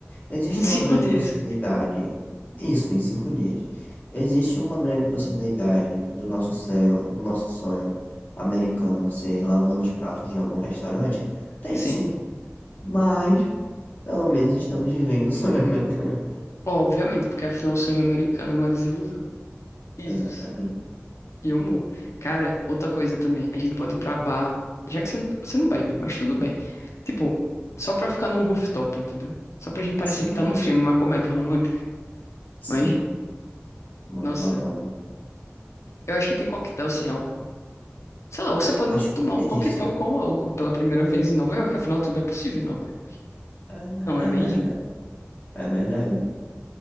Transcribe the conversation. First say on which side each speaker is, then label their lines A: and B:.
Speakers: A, on the left; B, on the left.
A: Existe
B: Em cinco
A: uma grande
B: dias.
A: possibilidade, isso em cinco dias, existe uma grande possibilidade do nosso sonho, do nosso sonho americano ser lavando os pratos de algum restaurante? Tem
B: Sim.
A: sim, mas pelo menos estamos vivendo o sonho <laughs> americano.
B: Obviamente, porque afinal o sonho americano é uma desilusão. Isso.
A: Exatamente.
B: E o humor. Cara, outra coisa também, a gente pode ir pra bar, já que você, você não bebe, mas tudo bem. Tipo, só pra ficar num rooftop, entendeu? Só pra gente parecer
A: Sim,
B: que tá num filme, uma comédia romântica.
A: sim,
B: Mas,
A: muito
B: nossa,
A: bacana.
B: eu acho que tem coquetel sem álcool. Sei lá, você pode
A: Acho que
B: tomar
A: existe.
B: um coquetel com álcool pela primeira vez em Nova York, afinal tudo é possível em Nova York.
A: É, ver-
B: Não é
A: é
B: mesmo?
A: verdade, é verdade.